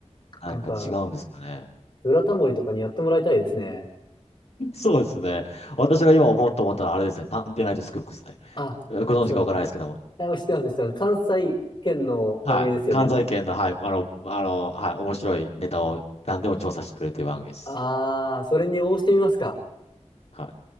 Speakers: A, on the left (about 60°); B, on the left (about 40°).
A: なんか違うんですかね。
B: なんか、ブラタモリとかにやってもらいたいですね。
A: <laughs> そうですね。私が今思おうと思ったのはあれですね。探偵ナイトスクープですね。
B: あ、
A: ご存知かわからないですけども。
B: そうだか。あ、知ってます、知ってます。関西圏の番組ですよね。
A: はい。関西圏の、はい。あの、あの、はい。面白いネタを何でも調査してくれるという番組です。
B: あー、それに応募してみますか。
A: はい。